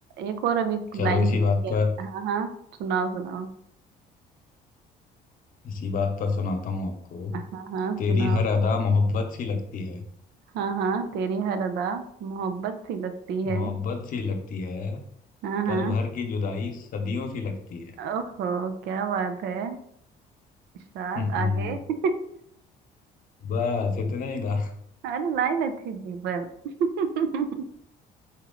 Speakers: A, on the right; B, on the left.
A: एक और अभी
B: चलो
A: लाइन
B: इसी
A: लिखी
B: बात
A: है
B: पर
A: हाँ हाँ सुनाओ सुनाओ
B: इसी बात पर सुनाता हूँ आपको
A: हाँ हाँ
B: तेरी
A: सुनाओ
B: हर अदा मोहब्बत सी लगती है
A: हाँ हाँ तेरी हर अदा मोहब्बत सी लगती है
B: मोहब्बत सी लगती है
A: हाँ हाँ
B: पल भर की जुदाई सदियों सी लगती है
A: ओहो क्या बात है शायद
B: <laughs> हम्म,
A: आगे <laughs>
B: बस इतना ही था
A: अरे लाइन अच्छी थी पर <laughs>